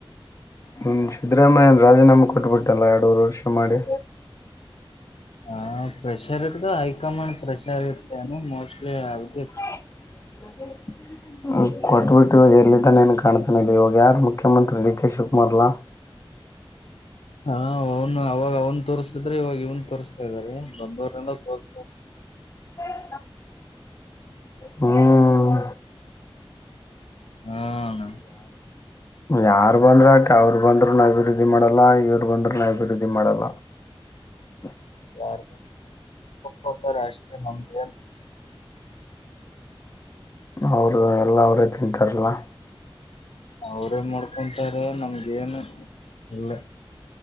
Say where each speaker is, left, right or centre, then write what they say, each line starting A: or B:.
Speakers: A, on the left; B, on the left.
A: ಹ್ಮ ಸಿದ್ದರಾಮಯ್ಯನ ರಾಜೀನಾಮ ಕೊಟ್ಬಿಟ್ಟಲ್ಲ ಎರಡುೂರು ವರ್ಷ ಮಾಡಿ
B: ಹ ಪ್ರೆಷರ್ ಇರ್ತ ಹೈಕಮಾಂಡ್ ಪ್ರೆಷರ್ ಇರ್ತ್ತನೋ ಮೋಸ್ಟ್ಲಿ ಅದಕ್ಕೆ
A: <inaudible> ಕೊಟ್ಬಿಟ್ಟು ಇವಾಗ ಎಲ್ಲಿದ್ದಾನೇನ್ ಕಾಣ್ತನ ಇ ಇವಾಗ ಯಾರು ಮುಖ್ಯಮಂತ್ರಿ ಡಿ ಕೆ ಶಿವಕುಮಾರ್ಲ್ಲಾ <inaudible>
B: ಹಾ ಅವನು ಅವಾಗ ಅವ್ನ್ ತೋರ್ಸ್ತಿದ್ರೆ ಇವಾಗ ಇವನ್ ತೋರಿಸ್ತಾ ಇದಾರೆ ಬಂದವರೆಲ್ಲ ತೋರ್
A: ಹ <inaudible> ಹ್ಮ್
B: ಹಾ ಅಣ್ಣ
A: ಯಾರ ಬಂದ್ರ ಅ ಅವ್ರು ಬಂದ್ರುನು ಅಭಿವೃದ್ಧಿ ಮಾಡಲ್ಲ ಇವರು ಬಂದ್ೂನು ಅಭಿವೃದ್ಧಿ ಮಾಡಲ್ಲ ಹ <inaudible>
B: ಯಾರ ಬಧರ <unintelligible> ಅಷ್ಟೇ ನಂಬಂಬ
A: ಅವರು ಎಲ್ಲ ಅವ್ರೇ ತಿಂತಾರಲ್ಲ
B: ಅವ್ರೇ ಮಾಡ್ಕೊಂತಾರೆ ನಮ್ಗೇನು ಇಲ್ಲ